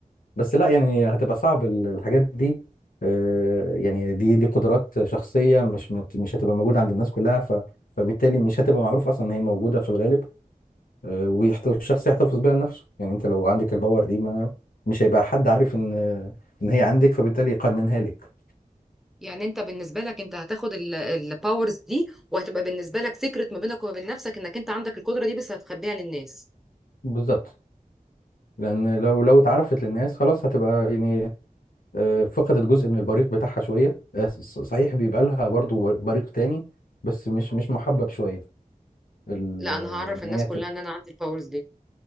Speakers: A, on the left; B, in the centre.
A: بس لا يعني هتبقى صعب ال- الحاجات دي آه، يعني دي دي قدرات شخصيه مش مت- مش هتبقى موجوده عند الناس كلها ف فبالتالي مش هتبقى معروف اصلا ان هي موجوده في الغالب آه، ويحت- والشخص يحتفظ بيها لنفسه يعني انت لو عندك الباور دي ما مش هيبقى حد عارف ان ان هي عندك فبالتالي يقننها لك
B: يعني انت بالنسبة لك انت هتاخد الباورز دي وهتبقى بالنسبة لك سيكرت ما بينك وما بين نفسك انك انت عندك القدرة دي بس هتخبيها للناس
A: بالظبط لان لو لو اتعرفت للناس خلاص هتبقى يعني آه، فقدت جزء من البريق بتاعها شويه آه، ص- صحيح بيبقى لها برضو بريق تاني بس مش مش محبب شويه ال-
B: لا
A: آه،
B: انا هعرف الناس
A: ان هي تبقى
B: كلها ان انا عندي الباورز دي